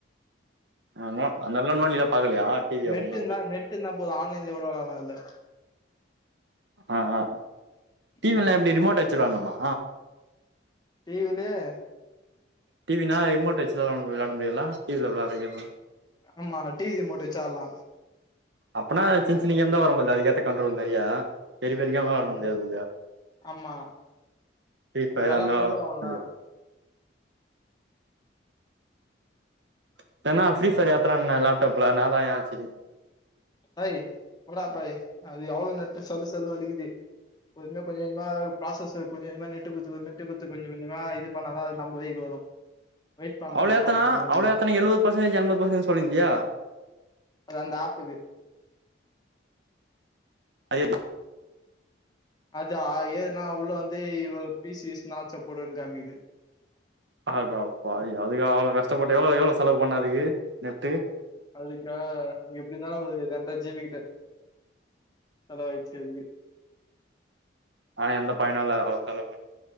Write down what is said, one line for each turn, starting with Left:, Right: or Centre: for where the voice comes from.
Right: ஆ நோ அந்தெல்லா நோண்டில்லா பாக்கலையா டிவிய
Left: நெட்
Right: ஒண்ணு
Left: இருந்தா நெட் இருந்தா போது ஆன்லைன்லயே கூட வெளாடலா இதுல
Right: ஆ ஆ டிவிலல்லா
Left: ம்
Right: எப்டி ரிமோட் வச்சி வெளாடணுமா
Left: டிவிலயே
Right: டிவின்னா ரிமோட் வச்சிதா விளாடா முடியுல்ல டிவிலா விளாட்ற கேம் எல்லா
Left: ஆமா டிவி ரிமேட்டு வச்சி ஆடலா
Right: அப்பன்னா சின்ன சின்ன கேம்தா வரும் போலது அதுக்கேத்த கண்டரோல் மாறியா பெரிய பெரிய கேம்லா வெளாடா முடியாது
Left: ம்
Right: போலதே
Left: ஆமா
Right: ஃப்ரீ ஃபயர்
Left: அப்டி வெளாட்னா
Right: அந்த மாரி
Left: இதுவாகுல்ல
Right: வெளாடா முடியாது இத்தன்னா ஃப்ரீ ஃபயர் ஏத்துறேன்ன லாப்டாப்லா என்னதாய ஆச்சி
Left: ஒய் போங்கடா பாய் அது எவ்ளோ நெட்டு சல்லு சல்லுன்னு வழிக்கிது பொறுமையா கொஞ்ச கொஞ்சமா ப்ராசஸு கொஞ்ச கொஞ்சமா நெட்டு குட்த்து நெட்டு குட்த்து கொஞ்ச கொஞ்சமா இது பண்ணாதா அது நம்ப வழிக்கி வரு வெயிட் பண்லான்னு
Right: அவ்ளோ ஏத்துனா
Left: பாத்துங்க அப்டிதா
Right: அவ்ள ஏத்துனா எழுவது பர்சன்டேஜ் எண்பது பர்சன்டேஜ் சொல்லிந்தியே
Left: அது அந்த ஆப்புக்கு
Right: அது ஏத்தி
Left: அதா அது ஏத்துனா உள்ள வந்து யுவர் பிசி ஸ் நாட் சப்போர்ட்ன்னு காமிக்கிது
Right: அடப்பாவி அதுக்கா அவ்ளோ கஷ்டப்பட்ட எவ்ளோ எவ்ளோ செலவு பண்ண அதுக்கு நெட்டு
Left: அதுக்கா எப்டி இருந்தாலு ஒரு ரெண்ர ஜிபிக்கிட்ட செலவாய்ச்சி அதுக்கு
Right: ஆனா எந்த பயனு இல்ல அவ்ளோ செலவு பண்ணி